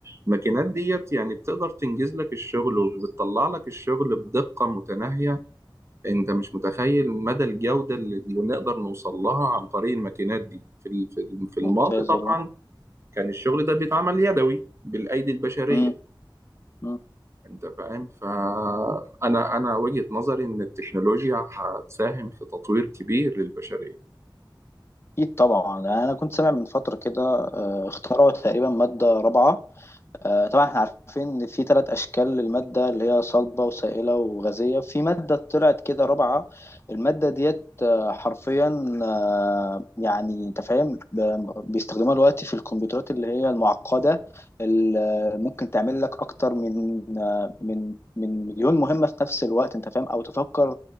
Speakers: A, on the right; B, on the left.
A: الماكينات ديت يعني بتقدر تنجز لك الشغل وبتطلع لك الشغل بدقة متناهية انت مش متخيل مدى الجودة اللي اللي نقدر نوصل لها عن طريق الماكينات دي في ال- في ال- في الماضي
B: ممتاز
A: طبعا
B: والله
A: كان الشغل ده بيتعمل يدوي بالأيدي البشرية
B: امم أمم.
A: انت فاهم فأنا أنا وجهة نظري إن التكنولوجيا هتساهم في تطوير كبير للبشرية
B: اكيد طبعا يعني انا كنت سامع من فترة كده آه، اخترعوا تقريبا مادة رابعة آه، طبعا احنا عارفين ان في ثلاث اشكال للماده اللي هي صلبه وسائله وغازيه في ماده طلعت كده رابعه الماده ديت آه، حرفيا آه، يعني انت فاهم ب- بيستخدموها دلوقتي في الكمبيوترات اللي هي المعقده اللي ممكن تعمل لك اكتر من آه، من من مليون مهمه في نفس الوقت انت فاهم او تفكر